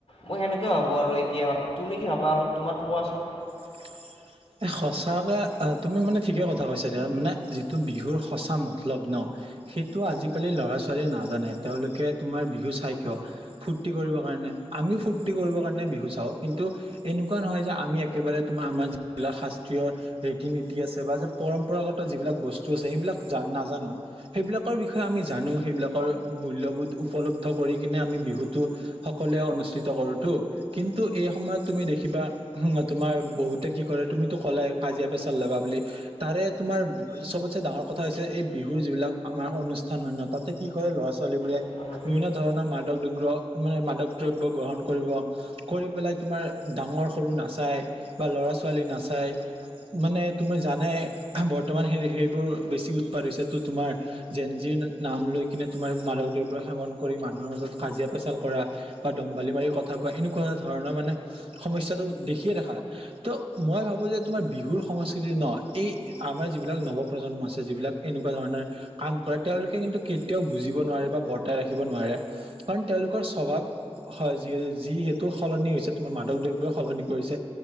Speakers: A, on the left; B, on the right.
A: মই সেনেকে ভাবো আৰু এতিয়া তুমি কি ভাবা অলপ তোমাৰ টো কোৱাচোন।
B: <inaudible> এ সঁচাকে তুমি মানে ঠিকে কথা কৈছা দিয়া মানে যিটো বিহুৰ সঁচা মতলব ন' সেইটো আজিকালি ল'ৰা ছোৱালীয়ে নাজানে তেওঁলোকে তোমাৰ বিহু চাই কিয় ফূৰ্তি কৰিব কাৰণে আমিও ফূৰ্তি কৰিব কাৰণে বিহু চাও কিন্তু এনেকুৱা নহয় যে আমি একেবাৰে তোমাৰ আমাৰ যি যিববিলাক শাস্ত্ৰীয় ৰীতি নীতি আছে বা যে পৰম্পৰাগত যিবিলাক বস্তু আছে সেইবিলাক জা নাজানো। সেইবিলাকৰ বিষয়ে আমি জানো সেইবিলাকৰ মূল্যবোধ উপলব্ধ কৰি কিনে আমি বিহুতটো। সকলোৱে অনুষ্ঠিত কৰোতো কিন্তু এই সময়ত তুমি দেখিবা তোমাৰ বহুতে। কি কৰে, তুমিতো কলাই কাজিয়া পেচাল লগা বুলি। তাৰে তোমাৰ চবতছে ডাঙৰ কথা হৈছে এই বিহু যিবিলাক আমাৰ অনুষ্ঠান হয় ন' তাতে কি কৰে ল'ৰা ছোৱালী বোৰে
A: কোৱাচোন।
B: বিভিন্ন ধৰণৰ মাদক দুৰ্গ্ৰহ মানে মাদক দ্ৰব্য গ্ৰহণ কৰিব। কৰিপেলাই তোমাৰ ডাঙৰ সৰু নাচায় বা লৰা ছো- ৱালী নাচায়। মানে তুমি জানাই বৰ্তমান সেই, সেইবোৰ বেছি উৎপাদ হৈছে তো তোমাৰ জেনজিৰ নাম লৈ কিনে তোমাৰ মাদক দ্ৰব্য সেৱন কৰি মানুহৰ মাজত কাজিয়া পেচাল কৰা বা দম্বালি মাৰি কথা কোৱা এনেকুৱা ধৰণৰ মানে সমস্যাটো দেখিয়ে থাকা ত' মই ভাবো যে তোমাৰ বিহুৰ সংস্কৃতি ন' এই আমাৰ যিবিলাক নৱপ্ৰজন্ম আছে যিবিলাক এনে- কুৱা ধৰণৰ কাম কৰে তেওঁলোকে কিন্তু কেতিয়াও বুজিব নোৱাৰে বা বৰ্তাই ৰাখিব নোৱাৰে। কাৰণ তেওঁলোকৰ স্বভাৱ হয়। যিয়ে, যিহেতু সলনি হৈছে তোমাৰ মাদক দ্ৰব্যই সলনি কৰিছে